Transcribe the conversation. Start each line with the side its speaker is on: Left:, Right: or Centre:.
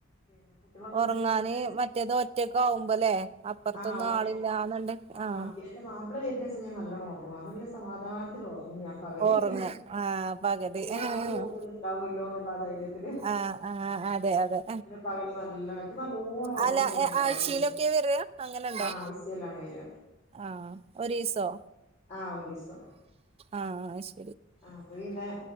Left: പിന്നെ കുട്ടികളൊക്കെ
Right: ഒറങ്ങാന്
Left: എന്താ ചെയ്യണത്
Right: മറ്റേത് ഒറ്റാക്ക് ആവുമ്പാലേ അപ്പറത്തൊന്നും
Left: ആ ഒറ്റ
Right: ആളില്ലന്ന് ഒണ്ട്
Left: ആ
Right: ആഹ്
Left: പിന്നെ എന്റെ മാപ്പിള വരുന്ന ദിവസം ഞാൻ നല്ലോണം ഒറങ്ങു അന്ന് പിന്നെ സമാധാനത്തില് ഒറങ്ങും ഞാൻ പകല്
Right: ഒറങ്ങും
Left: <unintelligible>
Right: ആഹ് പകല്
Left: രാത്രി
Right: ആഹ്
Left: ജോലി ഒന്നും ഒണ്ടാവുല്ലോ എന്നാ ധൈര്യത്തില്
Right: ആഹ് ആഹ് അതെ അതെ
Left: പകല് നല്ലോണക്ക് ലോണും ഒറങ്ങും
Right: അല്ല
Left: ഞാന് <unintelligible>
Right: ആഴ്ചയിലൊക്കെ
Left: ദെവസം
Right: വരാ അങ്ങനെണ്ടോ
Left: ആഹ് ആഴ്ചയിലാണ് വേര്കാ
Right: ആഹ് ഒരിസോ
Left: ആഹ് ഒരിസം
Right: ആഹ് ശ
Left: ആഹ് അത് പിന്നെ